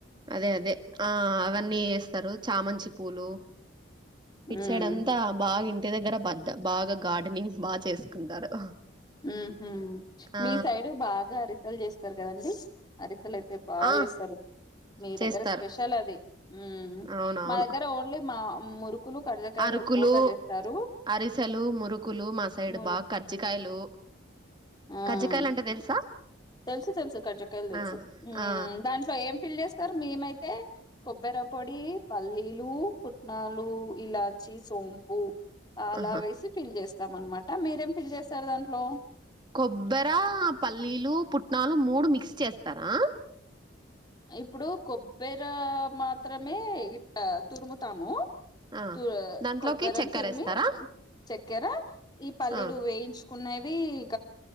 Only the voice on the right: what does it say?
అదే అదే ఆ అవన్నీ వేస్తారు చామంచి పూలు ఇట్సైడ్
అంతా బాగిన్ ఇ దగ్గర బద్ద బాగా గార్డెనింగ్ బాగా చేసుకుంటారు
ఆ
ఆ
చేస్తారు
అవునవును
అరుకులు
అరిసెలు మురుకులు మసాడ్
బా్ కజజ కాయలు
కజ్జకాయలు అంటే తెలుసా
ఆ ఆ
ఆహా
కొబ్బరి పల్లీలు పుట్నాలు మూడు మిక్స్ చేస్తారా
ఆ
దాంట్లోకి
చక్కెరేస్తారా?
ఆ